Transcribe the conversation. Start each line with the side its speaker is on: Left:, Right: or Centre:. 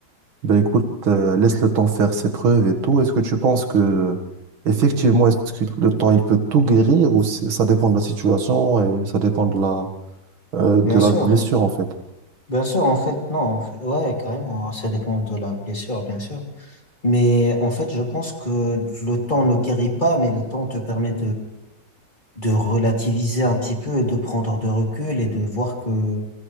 Right: Ben écoute, euh, laisse le temps faire ses preuves et tout. Est-ce que tu penses que, effectivement, est-ce que le temps, il peut tout guérir ou c'est- ça dépend de la situation et ça dépend de la, euh, de
Left: bien sûr.
Right: la blessure, en fait?
Left: Bien sûr, en fait, non, en fait, ouais, carrément, hein, ça dépend de la blessure, bien sûr. Mais en fait, je pense que le temps ne guérit pas, mais le temps te permet de relativiser un petit peu et de prendre de recul et de voir que